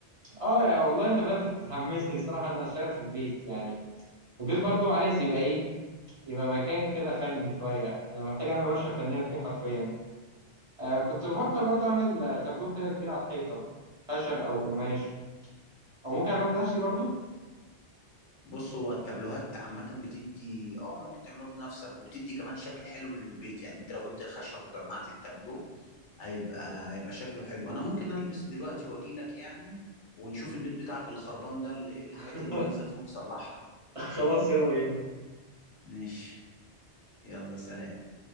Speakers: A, on the right; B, on the left.
A: آه يا والله أنت بدأت تحمسني الصراحة إن أنا أشتغل في البيت يعني البيت برضو عايز يبقى إيه؟ يبقى مكان كده فني شوية أنا محتاج أعمل ورشة فنية فيه حرفيا آه كنت بفكر برضه اعمل آه، تابلو كده كبير على الحيطه خشب او قماش او ممكن اعمله بنفسي برضه
B: بص هو التابلوهات عامة بتدي اه ممكن تعمله بنفسك وبتدي كمان شكل حلو للبيت يعني انت لو جبت الخشب وجمعت التابلو هيبقى هيبقى شكله حلو انا ممكن البس دلوقتي واجيلك يعني ونشوف البيت بتاعك الخربان ده ال- الحاجات
A: <laughs>
B: اللي بايظة فيه ونصلحها
A: خلاص يلا بينا
B: ماشي يلا سلام